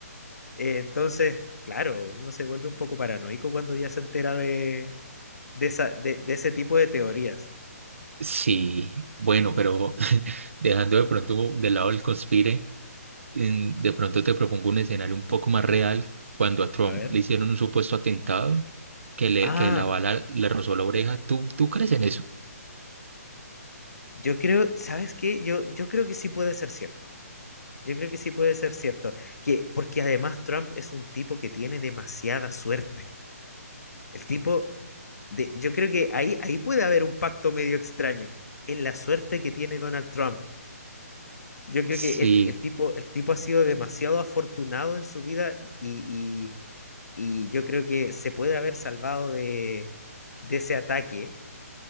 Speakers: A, on the left; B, on the right.
A: Eh, entonces, claro, uno se vuelve un poco paranoico cuando ya se entera de, de, esa- de, de ese tipo de teorías.
B: Sí, bueno, pero <laughs> dejando de pronto de lado el conspire. en- de pronto te propongo un escenario un poco más real cuando a Trump
A: A ver.
B: le hicieron un supuesto atentado que le
A: Ah,
B: que la bala le rozó la oreja. ¿Tú, tú crees en eso?
A: yo creo, ¿sabes qué? Yo, yo creo que sí puede ser cierto. Yo creo que sí puede ser cierto. Que, porque además Trump es un tipo que tiene demasiada suerte. El tipo de, yo creo que ahí, ahí puede haber un pacto medio extraño en la suerte que tiene Donald Trump Yo creo
B: Sí,
A: que el, el tipo, el tipo ha sido demasiado afortunado en su vida y, y, y yo creo que se puede haber salvado de, de ese ataque,